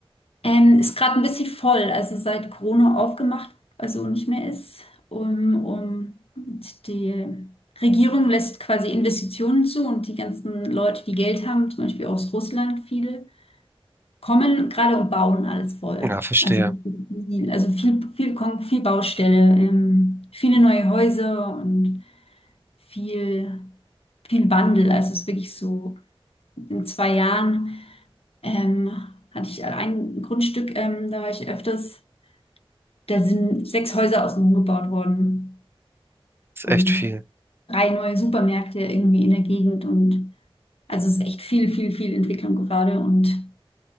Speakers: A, on the left (about 75°); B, on the right (about 25°).
A: Ähm, ist gerade ein bisschen voll, also seit Corona aufgemacht, also nicht mehr ist. Um, um, und die Regierung lässt quasi Investitionen zu und die ganzen Leute, die Geld haben, zum Beispiel aus Russland viele, kommen gerade und bauen alles voll.
B: Ja, verstehe.
A: Also, richtig viel- also viel, viel, Kon- viel Baustelle, ähm, viele neue Häuser und viel, viel Wandel. Also es ist wirklich so, in zwei Jahren ähm, hatte ich ein Grundstück, ähm, da war ich öfters, da sind sechs Häuser außenrum gebaut worden
B: Ist
A: und
B: echt viel.
A: drei neue Supermärkte irgendwie in der Gegend und also es ist echt viel, viel, viel Entwicklung gerade und